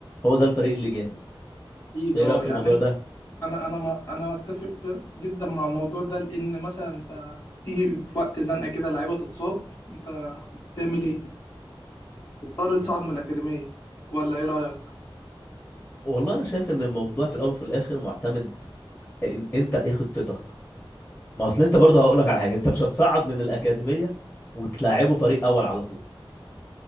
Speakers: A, on the left; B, on the left.
A: هو ده الفريق اللي جامد
B: أكيد
A: انت ايه
B: اه
A: رايك في
B: يعني
A: الموضوع
B: انت-
A: ده
B: انا انا ما انا متفق جدا مع الموضوع ده لأن مثلا انت تيجي في وقت زنقة كده لعيبة تتصاب انت تعمل ايه؟ تضطر
A: امم
B: تصعد من الأكاديمية ولا ايه رأيك؟
A: والله انا شايف ان الموضوع في الاول وفي الاخر معتمد إن... انت ايه خطتك ما اصل انت برضه هقول لك على حاجه انت مش هتصعد من الاكاديميه وتلاعبه فريق اول على طول